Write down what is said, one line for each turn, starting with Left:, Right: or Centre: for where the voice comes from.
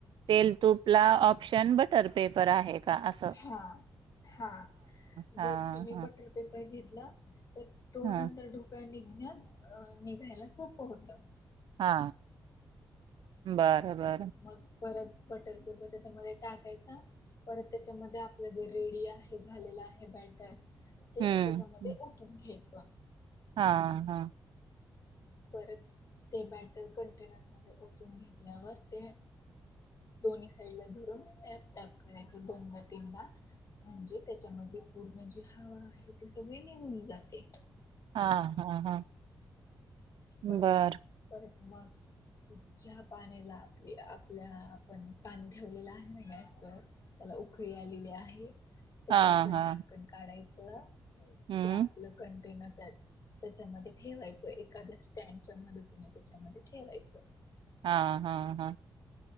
Right: तेल तूप ला ऑप्शन बटर पेपर आहे. का असं?
Left: हा हा
Right: हा
Left: जर तुम्ही
Right: हा
Left: बटर पेपर घेतला तर तो
Right: हा
Left: नंतर ढोकळा निघण्यास निघायला सोपं होतं.
Right: हा बरं बरं.
Left: मग परत बटर पेपर त्याचामध्ये टाकायचा. परत त्याच्यामध्ये आपलं जे रेडी आहे झालेलं आहे बॅटर ते
Right: हम्म
Left: त्याच्यामध्ये ओतून घ्यायचं.
Right: हा हा.
Left: परत ते बॅटर कंटेनर ओतून घेतल्यावर ते दोन्ही साईड ला धरून टॅप टॅप करायच दोनदा तीनदा. म्हणजे त्याच्यामधली पूर्ण जी हवा आहे ती सगळी निघून जाते.
Right: हा हा हा.
Left: परत
Right: बरं
Left: परत म ज्या पाण्याला आपली आपल्या आपण पाणी ठेवलेलं आहे ना गॅसवर. त्याला उखळी आलेली आहे. त्याच्यावरच
Right: हा हा
Left: झाकण काढायचं
Right: हम्म
Left: ते आपलं कंटेनर त्यात. त्याच्यामध्ये ठेवायचं एखाद्या स्टँडच्या मदतीने त्याच्यामध्ये ठेवायचं.
Right: हा हा हा.